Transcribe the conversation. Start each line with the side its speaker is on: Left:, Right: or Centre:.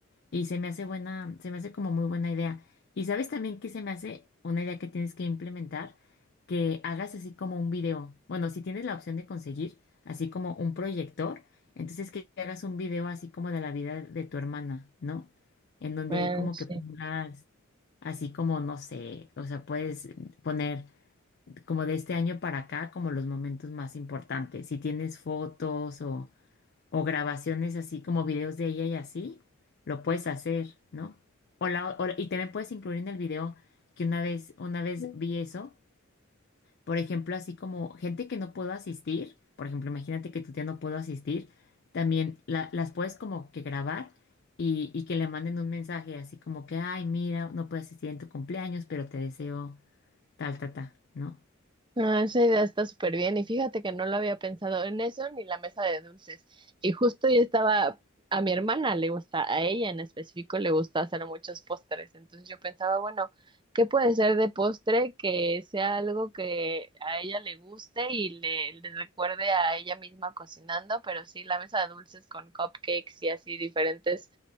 Left: Y se me hace buena, se me hace como muy buena idea. Y sabes también que se me hace una idea que tienes que implementar, que hagas así como un video. Bueno, si tienes la opción de conseguir así como un proyector, entonces que hagas un video así como de la vida de tu hermana, ¿no? En donde
Right: ah,
Left: ahí como
Right: sí.
Left: que pongas así como, no sé, o sea, puedes poner como de este año para acá como los momentos más importantes. Si tienes fotos o o grabaciones así como videos de ella y así, lo puedes hacer, ¿no? O la, o- y también puedes incluir en el video que una vez, una vez vi eso, por ejemplo, así como gente que no pudo asistir, por ejemplo, imagínate que tu tía no pudo asistir, también la- las puedes como que grabar y, y que le manden un mensaje así como que, ay, mira, no puedo asistir en tu cumpleaños, pero te deseo tal, tal, tal, ¿no?
Right: Ah, esa idea está súper bien y fíjate que no lo había pensado en eso ni la mesa de dulces. Y justo yo estaba, a mi hermana le gusta, a ella en específico le gusta hacer muchos postres. Entonces yo pensaba, bueno, ¿qué puede ser de postre que sea algo que a ella le guste y le, le recuerde a ella misma cocinando? Pero sí, la mesa de dulces con cupcakes y así diferentes